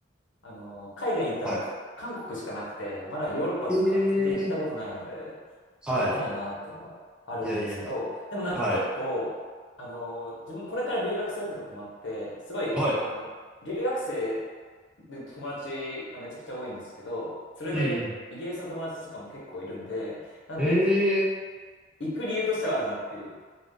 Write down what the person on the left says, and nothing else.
あの、海外に行ったのはか韓国しかなくて、
まだヨーロッパとか全然行ったことないので、
行ってみたいなっていうのがあるんですけど、
でもなんか結構、
あの、自分これから留学するってこともあって、すごい、
あの、留学生で友達がめちゃくちゃ多いんですけど、それでイギリスの友達とかも結構いるんで、
なんで、
行く理由としてはあるなっていう。